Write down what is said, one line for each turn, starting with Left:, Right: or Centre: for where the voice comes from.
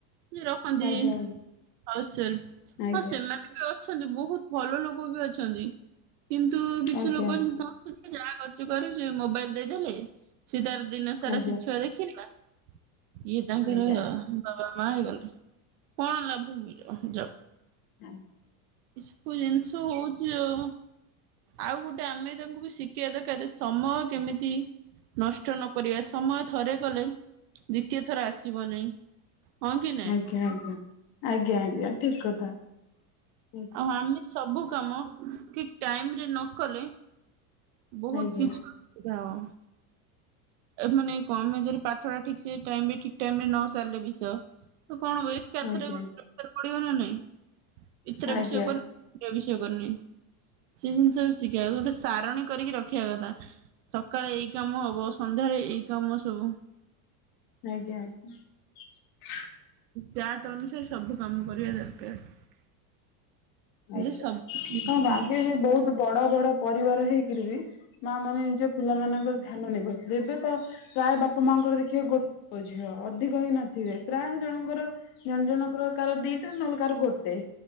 Right: ରଖନ୍ତି
Left: ଆଜ୍ଞା
Right: ହଁ
Left: ଆଜ୍ଞା
Right: ସେମାନେ ବି ଅ ଅଛନ୍ତି ବହୁତ ଭଲ ଲୋକ ବି ଅଛନ୍ତି। କିନ୍ତୁ କିଛି
Left: ଆଜ୍ଞା ଆଜ୍ଞା
Right: ଲୋକ ଅଛନ୍ତି ଭଁଛନ୍ତି ଯାହା କରଛୁ କରୁ ସେ ମୋବାଇଲ ଦେଇଦେଲେ ସ ତାର ଦିନ ସାରା
Left: ଆଜ୍ଞା।
Right: ସେ ଛୁଆ ଦେଖି ନା ଇଏ ତାଙ୍କର
Left: ଆଜ୍ଞା
Right: ବାବା ମା ହେଇଗଲେ କଣ ଲାଭ ମିଳିବ ଜବକୁ।
Left: ହୁଁ
Right: ଏସବୁ ଜିନିଷ ହଉଛି ଆଉ ଆଉ ଗୋଟେ ଆମେ ତାଙ୍କୁ ବି ଶିଖିବା ଦରକାର ସମୟ କେମିତି ନଷ୍ଟ ନ କରିବା ସମୟ ଥରେ ଗଲେ ଦ୍ଵିତୀୟ ଥର ଆସିବ ନାହିଁ ହଁ କି ନାଇଁ?
Left: ଆଜ୍ଞା ଆଜ୍ଞା ଆଜ୍ଞା ଆଜ୍ଞା ଠିକ କଥା ଆଜ୍ଞା
Right: ଆଉ ଆମେ ସବୁ କାମ ଠିକ ଟାଇମରେ ନ କଲେ ବହୁତ
Left: ଆଜ୍ଞା
Right: କିଛି ଅସୁବିଧା ହେବ ମାନେ କମ ଏଜେରେ ପାଠ ଟା ଠିକ ସେ ଟାଇମରେ ଠିକ ଟାଇମରେ ନ ସାରିଲେ ବିଷୟ ତ କଣ ହ ଏକାଥରେ
Left: ଆଜ୍ଞା
Right: ଗୋଟେଚ ପଡିବ ନା ନାଇଁ ଏଥର
Left: ଆଜ୍ଞା
Right: ବିଷୟ କଲୁ କରିନ ସେ ଜିନିଷ ବି ଶିଖିବା ଗୋଟେ ସାରଣୀ କରିକି ରଖିବା କଥା ସକାଳେ ଏଇ କାମ ହବ ସନ୍ଧ୍ୟାରେ ଏଇ କାମ ସବୁ
Left: ଆଜ୍ଞା ଆଜ୍ଞା
Right: ଚାଟ ଅନୁସାରେ ସବୁ କାମ କରିବା ଦରକାର ହେଲେ
Left: ଆଜ୍ଞା
Right: ସବୁ ଠିକ
Left: ହଁ
Right: ହିଁ
Left: ଆଗେ
Right: ହବ।
Left: ବି ବହୁତ ବଡ ବଡ ପରିବାର ହେଇକିରି ବି ମା ମାନେ ନିଜ ପିଲାମାନଙ୍କର ଧ୍ୟାନ ନେଇ ପାରୁଥିଲେ ଏବେ ତ ପ୍ରାୟ ବାପା ମାଙ୍କର ଦେଖିବେ ଗୋଟେ ଝିଅ ଅଧିକ ହିଁ ନଥିବେ ପ୍ରାୟ ଜଣଙ୍କର ଜଣେ ଜଣଙ୍କର କାର ଦିଟା ନହେଲେ କାର ଗୋଟେ